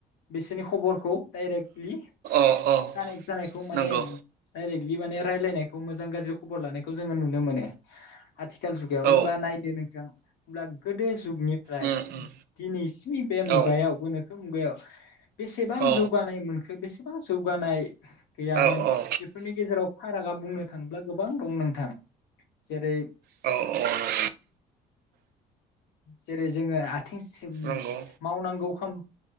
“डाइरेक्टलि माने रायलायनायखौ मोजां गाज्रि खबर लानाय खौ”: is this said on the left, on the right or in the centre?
Left